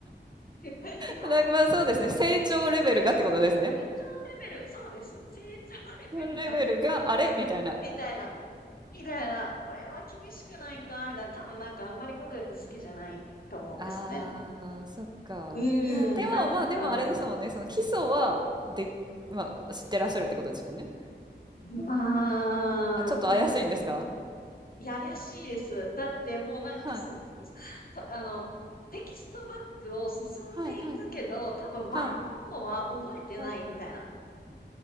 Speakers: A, on the left (about 50°); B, on the right (about 25°).
A: 日本、
B: なんか、ま、そうですね、成長レベルがってことですね。
A: 成長レベル、そうです。成長レベルが
B: レベルが、あれ？みたいな。
A: みたいな、んみたいな、これは厳しくないかみたいな、多分なんかあんまり語学好きじゃないと思うんですね。
B: ああ、そっか。
A: うん、
B: いや、でも、
A: なんか、
B: まあ、でもあれですもんね、その基礎は、でまあ、知ってらっしゃるってことですもんね。
A: まあ、
B: あ、ちょっと怪しいんですか
A: うん、いや、怪しいです。だってもうなんかす
B: はい。
A: <laughs> と、あの、テキストバックを進んでいくけど、
B: はい、はい、
A: 多分前の方は覚えてないみたいな。
B: はい。は